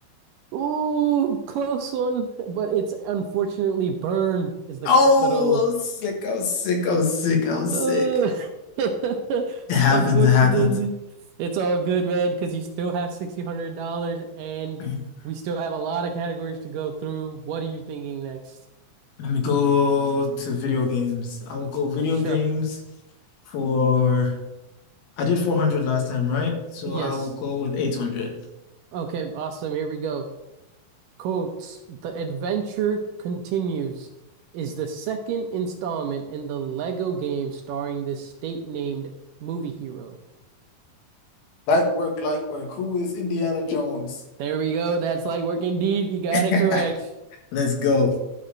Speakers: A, on the right; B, on the left.
A: Ooh, close one, but it's unfortunately Bern is the
B: Oh,
A: capital.
B: I'm sick. I'm sick. I'm sick. I'm sick.
A: Uh, <laughs>
B: It happens.
A: unfortunately,
B: It happens.
A: it's all good, man, because you still have $1,600 and
B: <clears throat>
A: we still have a lot of categories to go through. What are you thinking next?
B: Let me go to video games. I will go video
A: Sure.
B: games for I did 400 last time, right? So
A: Yes.
B: I will go with 800.
A: Okay, awesome. Here we go. Quotes, The Adventure Continues is the second installment in the Lego game starring this state-named movie hero.
B: Light work, light work. Who is Indiana Jones?
A: There we go. That's light work indeed. You got
B: <laughs>
A: it correct.
B: Let's go.